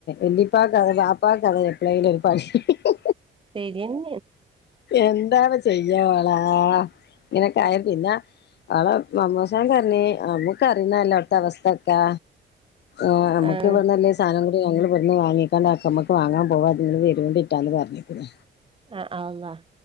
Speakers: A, on the left (about 60°); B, on the right (about 25°).
A: എണ്ടിപ്പാ കഥെ പാപ്പാ കഥ എ പിള്ളൈൽ ഒരുപാടി ഹി ഹി
B: തരിന്
A: എന്തണ ചെയ്യ വളാ ഇങ്ങനെക്കായ പിന്നെ അവളെ മമ്മൂസൻ കറിഞ്ഞി അമ്മക്ക്റുന്നല്ല അടത്തെ അവസ്ഥ ഒക്കാ ആ നമക്ക്
B: ആഹ്
A: ഇവിടെ നല്ല സാധനങ്ങ ഞങ്ങള്ൾ പെ വാങ്ങിക്കാണ്ട് അക്കമ്മക്ക് വാങ്ങാൻ പോവാ നിങ്ങള് വരിുകൊണ്ടിട്ടാന്ന് പറഞ്ഞികണ്
B: ആ ആ അല്ല